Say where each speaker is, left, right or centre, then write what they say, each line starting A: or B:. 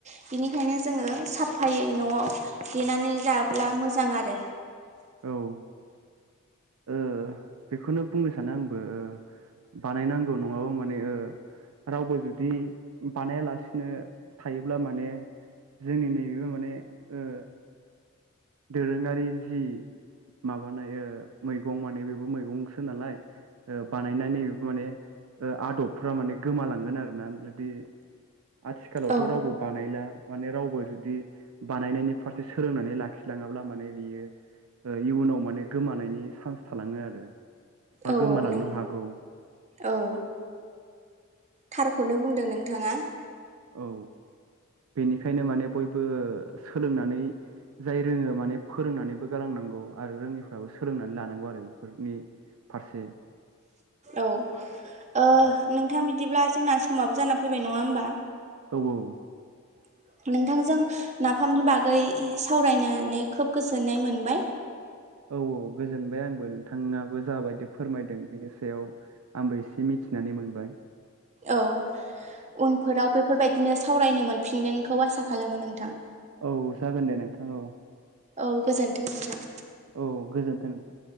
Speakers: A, on the right; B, on the right.
A: बिनिखायनो जोङो साफायै न'आव देनानै जाब्ला मोजां आरो।
B: औ औ ओ बेखौनो बुंनो सानो आंबो ओ बानायनांगौ नङाबा माने ओ रावबो जुदि बानायालासिनो थायोब्ला माने जोंनि नैबेबो माने ओ दोरोङारि जि माबानाय ओ मैगं माने बेबो मैगंसो नालाय ओ बानायनानै बेबो माने ओ आदबफ्रा माने गोमालांगोन आरो ना जुदि आथिखालावथ'
A: औ
B: रावबो बानायला माने रावबो जुदि बानायनायनि फारसे सोलोंनानै लाखि लाङाब्ला माने बियो ओ इयुनाव माने गोमानायनि सान्च थालाङो आरो। बा
A: औ
B: गोमालांनो
A: नों
B: हागौ।
A: औ थारखौनो बुंदों नोंथाङा।
B: औ। बेनिखायनो माने बयबो सोलोंनानै जाय रोङो माने फोरोंनानैबो गालां नांगौ आरो रोङिफ्राबो सोलोंनानै लानांगौ आरो बेफोरनि फारसे।
A: औ ओ
B: औ
A: नोंथां बिदिब्ला जोंना समाबो जाना फैबाय नङा होमबा?
B: औ औ।
A: <inaudible> नोंथांजों नाफामनि बागै सावरायनानै खोब गोजोननाय मोनबाय।
B: औ औ गोजोनबाय आंबो नोंथाङाबो जाबायदि फोरमायदों बेनि सायाव आंबो एसे मिथि नानै मोनबाय।
A: औ उनफोराव बेफोरबायदिनो सावरायनो मोनफिनगोनखौ आसा खालामो नोंथां।
B: औ जागोन दे नोंथां औ।
A: औ गोजोन्थों नोंथा।
B: औ गोजोन्थों नोंथां।